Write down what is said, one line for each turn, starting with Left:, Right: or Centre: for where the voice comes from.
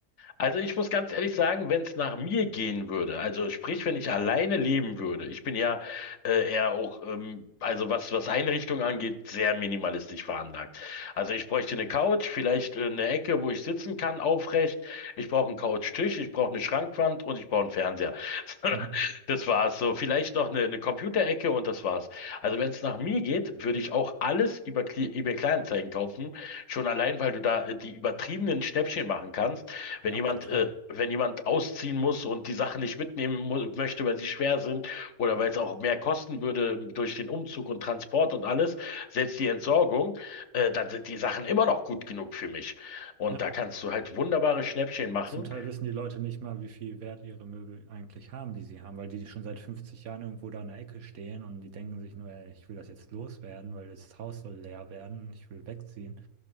Left: Also ich muss ganz ehrlich sagen, wenn es nach mir gehen würde, also sprich, wenn ich alleine leben würde, ich bin ja äh, eher auch, ähm, also was, was Einrichtung angeht, sehr minimalistisch veranlagt. Also ich bräuchte eine Couch, vielleicht äh, eine Ecke, wo ich sitzen kann, aufrecht. Ich brauche einen Couchtisch, ich brauche eine Schrankwand und ich brauche einen Fernseher. <laughs>
Right: Mhm.
Left: Das war's so. Vielleicht noch eine, eine Computerecke und das war's. Also wenn es nach mir geht, würde ich auch alles über Kli- eBay Kleinanzeigen kaufen. Schon allein, weil du da äh, die übertriebenen Schnäppchen machen kannst. Wenn
Right: Ja,
Left: jemand,
Right: total.
Left: äh, wenn jemand ausziehen muss und die Sachen nicht mitnehmen mu- möchte, weil sie schwer sind oder weil es auch mehr kosten würde durch den Umzug und Transport und alles, selbst die Entsorgung, äh, dann sind die Sachen immer noch gut genug für mich. Und
Right: Ja.
Left: da kannst du halt wunderbare Schnäppchen machen.
Right: Zum Teil wissen die Leute nicht mal, wie viel Wert ihre Möbel eigentlich haben, die sie haben, weil die schon seit 50 Jahren irgendwo da in der Ecke stehen und die denken sich nur, ey, ich will das jetzt loswerden, weil das Haus soll leer werden, ich will wegziehen.